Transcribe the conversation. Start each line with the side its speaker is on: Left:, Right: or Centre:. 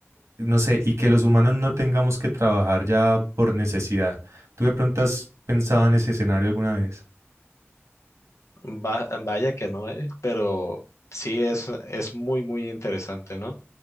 Right: no sé, y que los humanos no tengamos que trabajar ya por necesidad. ¿Tú de pronto has pensado en ese escenario alguna vez?
Left: Va- vaya que no, eh, pero sí es, es muy, muy interesante, ¿no?